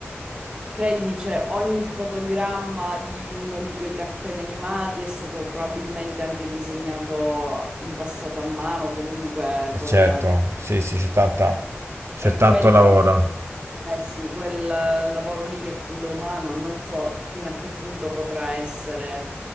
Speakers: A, on the right; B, on the right.
A: Credimi, cioè, ogni fotogramma di uno di quei cartoni animati è stato probabilmente anche disegnato in passato a mano, comunque
B: E certo,
A: con...
B: sì, sì, c'è tanta, c'è
A: E
B: tanto
A: quello,
B: lavoro.
A: eh sì, quel lavoro lì che è quello umano, non so fino a che punto potrà essere